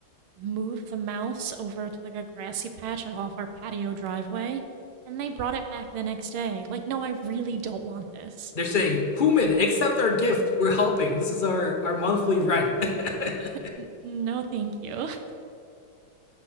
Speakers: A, on the right; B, on the left.
A: move the mouse over to like a grassy patch like off our patio driveway, and they brought it back the next day. Like, no, I really don't want this.
B: They're saying, "Human, accept our gift. We're helping. This is our our monthly rent." <laughs>
A: N- no, thank you. <laughs>